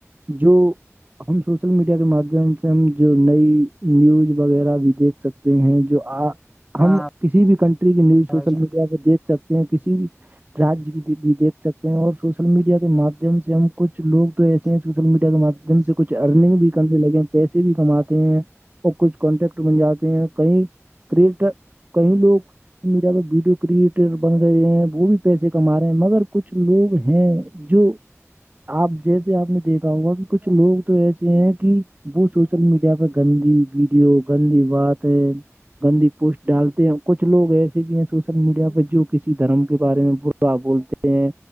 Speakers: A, on the right; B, in the centre.
A: جو ہم سوشل میڈیا کے مادم سے ہم جو نئی نیوز وغیرہ بھی دیکھ سکتے ہیں جو آ
B: ہاں
A: ہم کسی بھی کنٹری کی نیوز
B: بھائی
A: سوشل
B: جان
A: میڈیا پہ دیکھ سکتے ہیں کسی بھی راج کی بھی دھ سکتے ہیں اور سوشل میڈیا کے مادم مم سے ہم کچھ لگ تو ایسے ہیں سوشل میڈیا کے مادھیم سے کچھ ارنگ بھی کرنے لگے پیسے بھی کماتے ہیں اور کچھ کانٹیکٹ بن جاتے ہیں کہئی کرٹر کیں لوگ سوشل میڈیا پ ویڈیو کریٹر بن گئے ہیں وہ بھی پیسے کما رہے ہیں مگر کچھ لوگ ہیں جو آپ جیسے آپ نے دیکھا ہوگا کہ کچھ لوگ تو ایسے ہیں کہ وہ سوشل میڈیا پہ گندی ویڈیو گندی باتیں گندی پوسٹ ڈالتے ہیں کچھ لوگ ایسے بھی ہیں سوشل میڈیا پہ جو کسی دھرم کے بارے میں ب بولتے ہیں